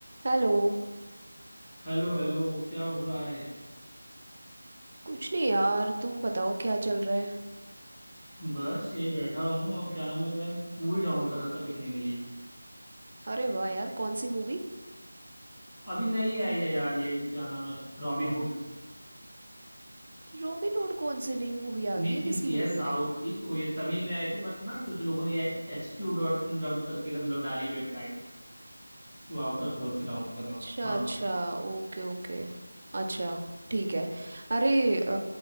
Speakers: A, on the right; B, in the centre.
A: हेलो
B: Hello hello क्या हो रहा है
A: कुछ नहीं यार तुम बताओ क्या चल रहा है
B: बस यही बैठा हूँ और क्या नाम है मैं मूवी डाउनलोड कर रहा था देखने के लिए
A: अरे वाह यार कौन सी मूवी
B: अभी नई आई है यार ये क्या नाम है रॉबिन हुड
A: Robin Hood कौन सी नई मूवी आ
B: नितिन
A: गई है किसकी
B: की है
A: मूवी
B: साउथ
A: है
B: की तो वो ये तमिल में आई थी बट ना कुछ लोगों ने एच क्यू डॉट डब्ड करके ना, मतलब डाली वेबसाइट पे तो आउटर सोर्स से डाउनलोड कर रहा हूँ
A: अच्छा
B: हाँ
A: अच्छा Okay okay अच्छा ठीक है अरे अ,